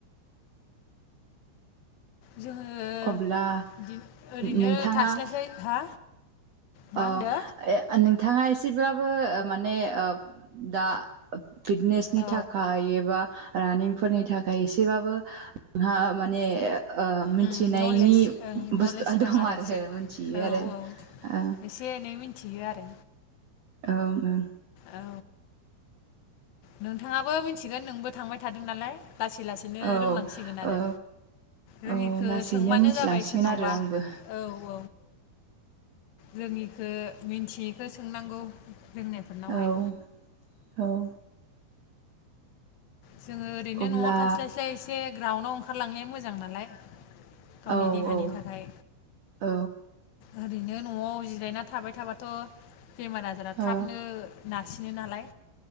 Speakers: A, on the left; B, on the right.
A: जोङो
B: अब्ला
A: बिदिनो ओरैनो
B: नोंथाङा
A: थास्लायस्लाय हा मा
B: अ
A: होनदो
B: नोंथाङा एसेब्ला बो माने ओ दा फिटनेसनि
A: औ
B: थाखाय एबा रानिंफोरनि थाखाय एसेबाबो जोंहा माने ओ मिथिनायनि
A: उम नलेज ओं
B: बुस्थुआ
A: नलेज
B: दं आरो
A: एसे
B: मिथियो
A: औ
B: आरो
A: औ
B: ओ
A: एसे एनै मिथियो आरो
B: औ ओं
A: औ नोंथाङाबो मिथिगोन नोंबो थांबाय थादों नालाय लासै लासैनो
B: औ
A: रोंलांसिगोन आरो
B: औ
A: रोङिखो
B: औ लासैनो
A: सोंबानो
B: मिथिलांसिगोन
A: जाबाय सोरनावबा
B: आरो आंबो
A: औ औ रोङिखौ मिथियैखो सोंनांगौ रोंनायफोरनावहाय
B: औ - औ
A: जोङो ओरैनो
B: अब्ला
A: न'आव थास्लायस्लाय एसे ग्राउन्डआव ओंखारलांनाया मोजां नालाय गावनि
B: ओ
A: देहानि
B: औ
A: थाखाय
B: औ
A: ओरैनो न'आव जिरायना थाबाय थाबाथ' बेमार आजारा थाबनो
B: औ
A: नारसिनो नालाय